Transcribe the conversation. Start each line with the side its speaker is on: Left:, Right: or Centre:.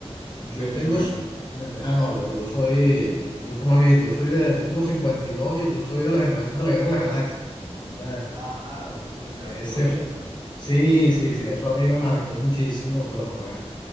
Left: Yo
Right: 29.
Left: tengo, s- vete- ah, no, yo, yo soy mucho más viejito, yo soy de, yo tengo cincuenta y dos y yo soy de la generación de la Guerra de las Galaxias, pues, entonces,
Right: Ajá, o, o sea,
Left: ese,
Right: puro ochentas.
Left: sí, sí, sí, eso a mí me marcó muchísimo, o sea, fue,